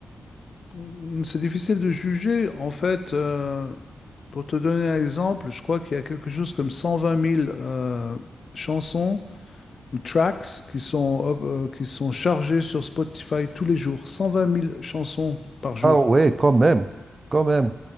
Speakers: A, on the left; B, on the right.
A: Mm, C'est difficile de juger. En fait, euh, pour te donner un exemple, je crois qu'il y a quelque chose comme 120 000 euh, chansons ou tracks qui sont, hop, euh, qui sont chargées sur Spotify tous les jours. 120 000 chansons par jour.
B: Ah ouais, quand même, quand même.